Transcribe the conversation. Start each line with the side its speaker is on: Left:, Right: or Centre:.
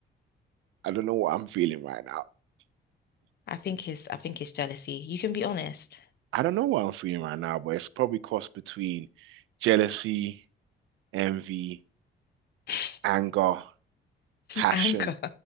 Right: I don't know what I'm feeling right now.
Left: I think it's I think it's jealousy. You can be honest.
Right: I don't know what I'm feeling right now, but it's probably crossed between jealousy, envy,
Left: <laughs>
Right: anger, passion,
Left: Anger.